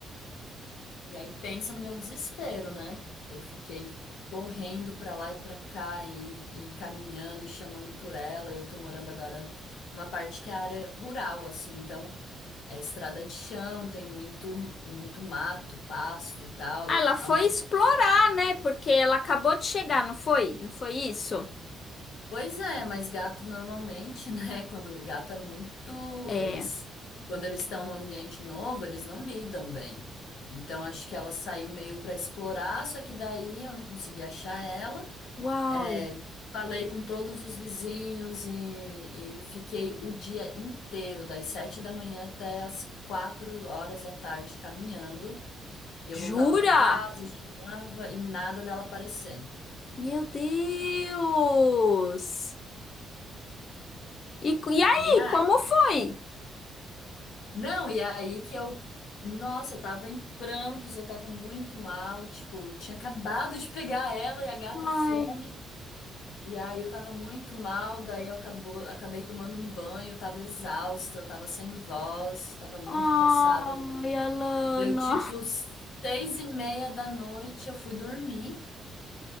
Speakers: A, on the left; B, on the left.
A: E aí pensa no meu desespero, né? Eu fiquei correndo pra lá e pra cá e, e caminhando, e chamando por ela. E eu tô morando agora numa parte que é área rural, assim, então é estrada de chão, tem muito muito mato, pasto e tal.
B: Ah,
A: E
B: Ela foi
A: ao mesmo
B: explorar, né? Porque ela acabou de chegar, não foi? Não foi isso?
A: Pois é, mas gato normalmente, <laughs> né? Quando o gato é muito,
B: É,
A: eles,
B: é.
A: quando eles estão num ambiente novo, eles não lidam bem. Então acho que ela saiu meio para explorar, só que daí eu não consegui achar ela.
B: Uau.
A: É, falei com todos os vizinhos e, e fiquei o dia inteiro, das sete da manhã até as quatro horas da tarde caminhando. E
B: Jura?
A: eu voltava para casa, chegava e nada dela aparecer.
B: Meu Deus. E, co- e aí,
A: E ah,
B: como foi?
A: Não, e aí que eu. Nossa, eu tava em prantos, eu tava muito mal. Tipo, tinha acabado de pegar ela e a gata some.
B: Ai,
A: E aí eu tava muito mal, daí eu acabou, acabei tomando um banho, eu tava exausta, eu tava sem voz, tava muito
B: ai,
A: cansada. Deu,
B: Alana.
A: deu tipo seis e meia da noite, eu fui dormir.